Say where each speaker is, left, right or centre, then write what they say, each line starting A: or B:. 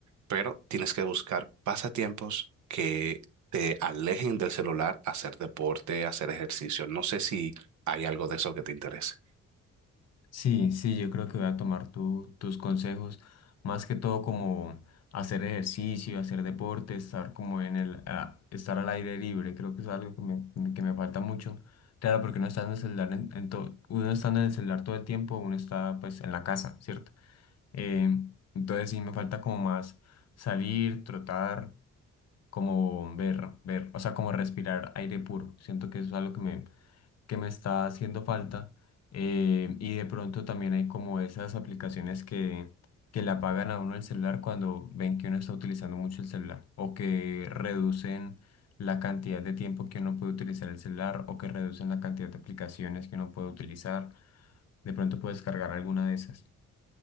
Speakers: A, on the right; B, on the left.
A: pero tienes que buscar pasatiempos que te alejen del celular, hacer deporte, hacer ejercicio. No sé si hay algo de eso que te interese.
B: Sí, sí, yo creo que voy a tomar tu- tus consejos, más que todo como hacer ejercicio, hacer deporte, estar como en el, a- estar al aire libre, creo que es algo que me, me- que me falta mucho. Claro, porque uno está en el celular, en, en to- uno estando en el celular todo el tiempo, uno está pues en la casa, ¿cierto? Eh, entonces sí, me falta como más salir, trotar, como ver, ver, o sea, como respirar aire puro. Siento que eso es algo que me está haciendo falta. eh, y de pronto también hay como esas aplicaciones que, que le apagan a uno el celular cuando ven que uno está utilizando mucho el celular o que reducen la cantidad de tiempo que uno puede utilizar el celular o que reducen la cantidad de aplicaciones que uno puede utilizar. De pronto puedes cargar alguna de esas.